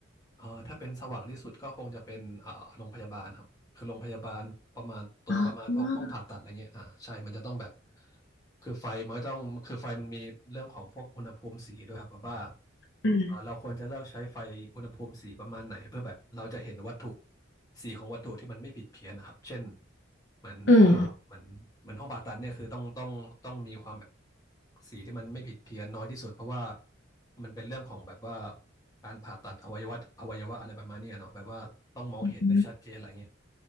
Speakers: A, on the left (about 20°); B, on the left (about 60°).
A: อ่าถ้าเป็นสว่างที่สุดก็คงจะเป็นอ่าโรงพยาบาลครับ คือโรงพยาบาลประมาณตรงประมาณพวกห้องผ่าตัดอะไรเงี้ยอ่าใช่มันจะต้องแบบ
B: อ๋อ
A: คือไฟมันก็ต้องคือไฟมันมีเรื่องของพวกอุณหภูมิสีด้วยครับแบบว่า
B: อืม
A: เอ่อเราควรจะเลือกใช้ไฟอุณหภูมิสีประมาณไหนเพื่อแบบเราจะเห็นวัตถุสีของวัตถุที่มันไม่ผิดเพี้ยนนะครับ เช่นเหมือนอ่าเหมือนเหมือนห้องผ่าตัดเนี่ยคือต้องต้องต้องมีความแบบ
B: อืม
A: สีที่มันไม่ผิดเพี้ยนน้อยที่สุดเพราะว่ามันเป็นเรื่องของแบบว่าการผ่าตัดอวัยวะอวัยวะอะไรประมาณเนี้ยเนาะแบบว่าต้องมองเห็นได้ชัดเจนอะไรเงี้ย
B: อืม